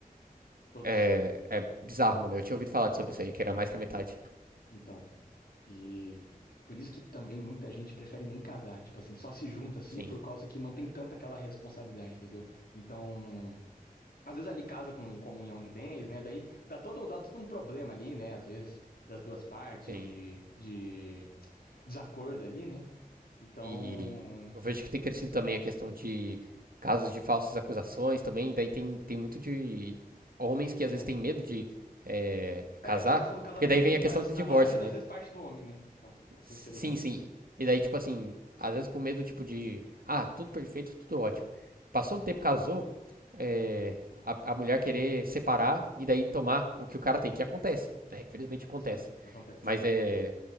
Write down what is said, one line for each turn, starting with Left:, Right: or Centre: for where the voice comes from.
Left: Todos.
Right: É, é bizarro, mano. Eu tinha ouvido falar sobre isso aí, que era mais que a metade.
Left: Então. E por isso que também muita gente prefere nem casar. Tipo assim, só se junta assim
Right: Sim,
Left: por causa que não tem tanta aquela responsabilidade, entendeu? Então. Às vezes ali casa com comunhão de bens, né? Daí dá todo, dá todo um problema ali, né? Às vezes das duas partes
Right: sim.
Left: de, de desacordo ali, né? Então,
Right: E eu vejo que tem crescido também a questão de casos de falsas acusações também. Daí tem, tem muito de homens que às vezes
Left: é.
Right: têm medo de é, casar,
Left: É, essa questão do casamento
Right: porque daí
Left: sempre,
Right: vem a
Left: pa-
Right: questão do divórcio,
Left: a maioria das
Right: né?
Left: vezes parte do homem, né? Então, essa
Right: Sim,
Left: insegurança.
Right: sim. E daí, tipo assim, às vezes com medo, tipo, de. Ah, tudo perfeito, tudo ótimo. Passou um tempo, casou, é, a, a mulher querer separar e daí tomar o que o cara tem, que acontece, né? Infelizmente acontece.
Left: Sim, acontece.
Right: Mas é.